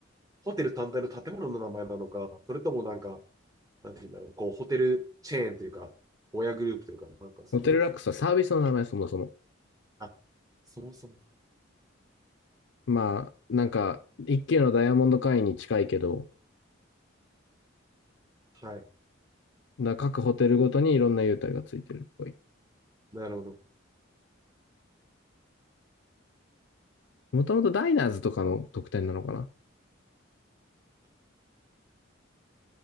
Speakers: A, on the right; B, on the left.
A: ホテル単体の建物の名前なのか、それともなんか、なんていうんだろう、こう、ホテルチェーンというか、親グループというか、なんかそういうやつ。
B: ホテルラックスはサービスの名前、そもそも。
A: あ、そもそも。
B: まあ、なんか、一級のダイヤモンド会員に近いけど、
A: はい。
B: だ各ホテルごとにいろんな優待がついてるっぽい。
A: なるほど。
B: もともとダイナーズとかの特典なのかな。